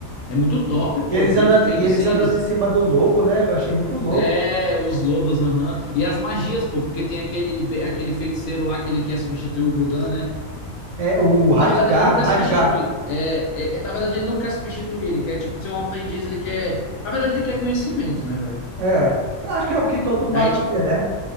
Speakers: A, on the left (about 70°); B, on the right (about 65°).
A: é muito top, pô.
B: E eles
A: É bem
B: andando,
A: feito
B: e eles
A: assim.
B: andando
A: Eles.
B: em cima do lobo, né? Eu achei muito louco.
A: É, os lobos, aham. E as magias, pô, porque tem aquele, aquele feiticeiro lá que ele quer substituir o Gudan, né?
B: É o Radgar,
A: Na verdade, ele não quer
B: Radgar.
A: substituir. É, é- é- na verdade, ele não quer substituir. Ele quer, tipo, ser um aprendiz. Ele quer. Na verdade, ele quer conhecimento, né, velho?
B: É. Acho que é o que todo mago
A: Aí, tipo.
B: quer, né?